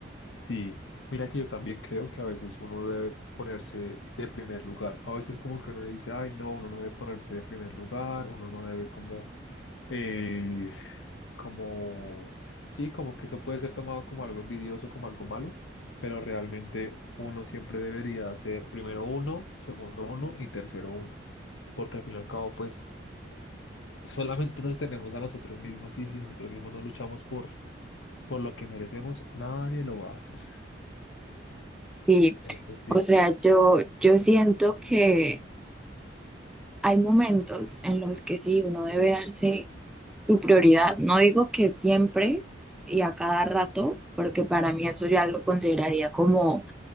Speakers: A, on the left (about 75°); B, in the centre.
A: Sí, mira que yo también creo que a veces uno debe ponerse de primer lugar. A veces como que uno dice, ay, no, uno no debe ponerse de primer lugar, uno no debe como eh, como, sí, como que eso puede ser tomado como algo envidioso, como algo malo, pero realmente uno siempre debería hacer primero uno, segundo uno y tercero uno, porque al fin y al cabo, pues solamente nos tenemos a nosotros mismos y si nosotros mismos no luchamos por, por lo que merecemos, nadie lo va a hacer.
B: Sí.
A: Eso sí,
B: O sea, yo, yo siento que hay momentos en los que sí, uno debe darse su prioridad. No digo que siempre y a cada rato, porque para mí eso ya lo consideraría como